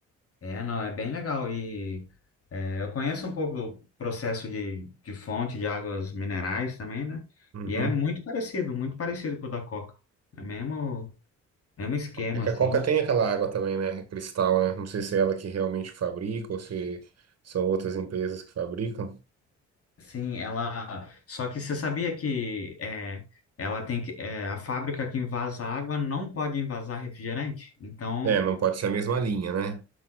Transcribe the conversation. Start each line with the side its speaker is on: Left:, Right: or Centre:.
Left: É, não, é bem legal e é, eu conheço um pouco do processo de, de fonte de águas minerais também, né?
Right: Uhum.
Left: E é muito parecido, muito parecido com o da Coca. É mesmo É um esquema,
Right: É que
Left: assim.
Right: a Coca tem aquela água também, né? Cristal, né? Não sei se é ela que realmente fabrica ou se são outras empresas que fabricam.
Left: Sim, ela. Só que você sabia que é, ela tem que. é, a fábrica que invasa água não pode invasar refrigerante? Então,
Right: É, não pode ser a mesma linha, né?